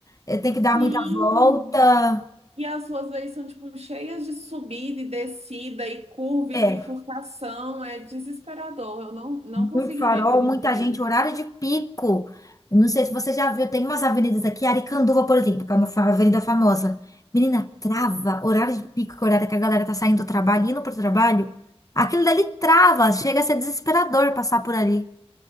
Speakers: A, on the left; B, on the right.
A: eh, tem que dar
B: Sim.
A: muita volta.
B: E as ruas aí são, tipo, cheias de subida e descida e curva e
A: É,
B: bifurcação. É desesperador. Eu não, não
A: muito
B: conseguiria
A: farol,
B: dirigir
A: muita
B: aí.
A: gente, horário de pico. Não sei se você já viu, tem umas avenidas aqui, Aricanduva, por exemplo, que é uma fa- avenida famosa. Menina, trava, horário de pico, que é o horário que a galera tá saindo do trabalho, indo pro trabalho. Aquilo dali trava, chega a ser desesperador passar por ali.